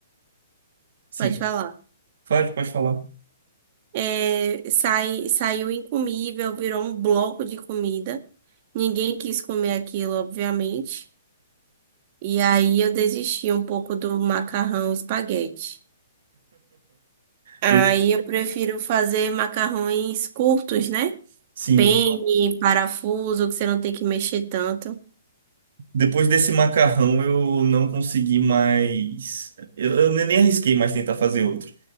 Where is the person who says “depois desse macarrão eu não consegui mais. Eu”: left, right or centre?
Right